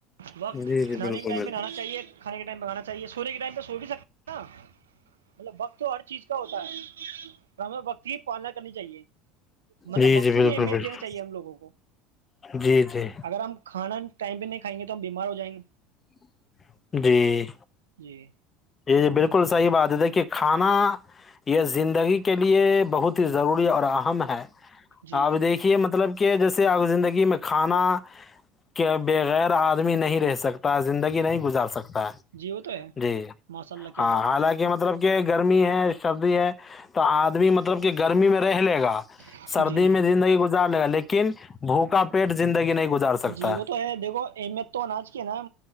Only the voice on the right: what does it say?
وقت
نہانے
کے ٹائم
میںہ نہانا چاہیے کھانے کے ٹائم پہ بانا چاہیے سونے کے ٹائم پہ سو بھی سکتے ہیں نا مطلب وقت تو ہر چیز کا ہوتا ہے ہمیں وقت کی پالنا کرنی چاہیے مطلب
وقت
بھی اہمیت
دینا چاہیے ہم لوگوں کو
اگر ہم کھانا ٹائم پہ نہیں کھائیں گے تو ہم بیمار ہو جائیں گے
جی
جی
جی وہ تو
ماشاء اللہ کیا
بات
بولی آپ
نے
جی
جی وہ تو ہے دیکھو اہمیت تو اناج کی نا